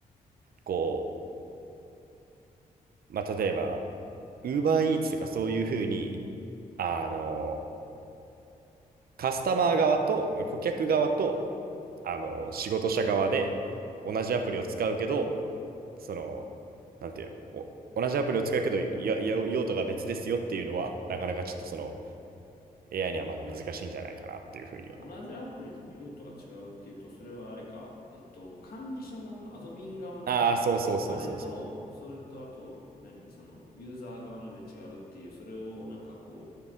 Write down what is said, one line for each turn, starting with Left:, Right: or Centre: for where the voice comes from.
Right: こう、まあ、例えば、UberEats とかそういうふうに、あの、カスタマー側と顧客側とあの、仕事者側で同じアプリを使うけど、その、なんていうの、お、同じアプリを使うけど、や、や用途が別ですよっていうのは、なかなかちょっとその AI にはまだ難しいんじゃないかなっていうふうには。
Left: 同じアプリでも用途が違うっていうと、それはあれか、えっと、管理者側の、アドミン側の、
Right: ああ、そうそうそうそうそう。
Left: あれと、それと、あと、何、その、ユーザー側ので違うっていう、それをなんかこ